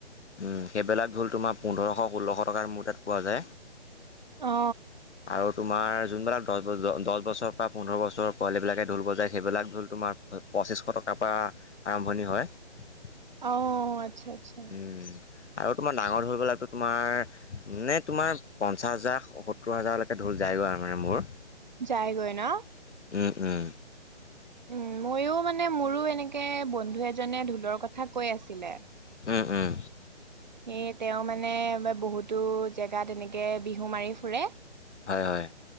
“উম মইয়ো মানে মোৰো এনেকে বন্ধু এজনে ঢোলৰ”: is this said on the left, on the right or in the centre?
Right